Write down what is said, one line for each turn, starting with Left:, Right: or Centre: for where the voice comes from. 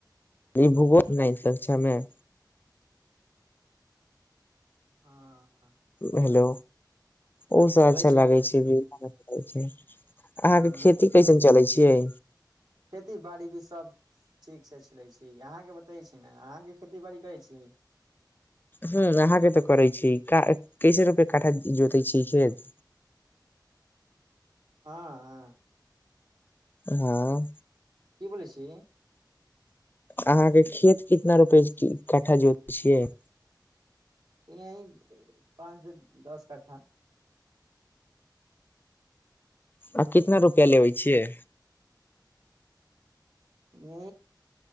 Left: भूगोल नहि तकछामें
Right: हाँ
Left: हेलो ओ सब
Right: बोलै
Left: अच्छा
Right: छी
Left: लागै
Right: ने
Left: छै भी अहाँके
Right: ह
Left: खेती कैसन चलै छियै
Right: खेती बाड़ी भी सब ठीक से चले छै अहाँके बतेै छी ने अहाँके खेती बाड़ी करै छीयै
Left: ह अहाँके तऽ करै छी का कैसे रुपे काठा जोतै छी खेत
Right: हाँ आ
Left: हाँ
Right: की बोलै छी
Left: अहाँके खेत कितना रुपए कट्ठा जोतै छियै
Right: यही पाँच से दस कट्ठा
Left: आ कितना रुप के लेबै छियै
Right: य